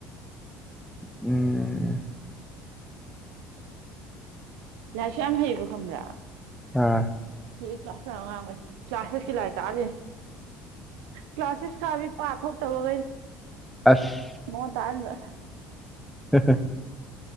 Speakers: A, in the centre; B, on the right.
A: ꯎꯝ
B: ꯂꯥꯏꯔꯤꯛꯁꯨ ꯌꯥꯝ ꯍꯩꯌꯦꯕ ꯈꯪꯕ꯭ꯔꯥ
A: ꯑꯥ
B: ꯍꯧꯖꯤꯛ ꯀ꯭ꯂꯥꯁ ꯋꯥꯟ ꯑꯉꯥꯡ ꯑꯃ ꯂꯩ ꯀ꯭ꯂꯥꯁ ꯁꯤꯛꯁꯀꯤ ꯂꯥꯏꯔꯤꯛ ꯇꯥꯛꯍꯜꯂꯤ ꯀ꯭ꯂꯥꯁ ꯁꯤꯛꯁ ꯀꯥꯕꯤ ꯄꯥ ꯊꯣꯛꯇꯕꯈꯩꯗ
A: ꯑꯥꯁ
B: ꯃꯉꯣꯟ ꯇꯥꯛꯍꯟꯕꯥ
A: ꯍꯥ ꯍꯥ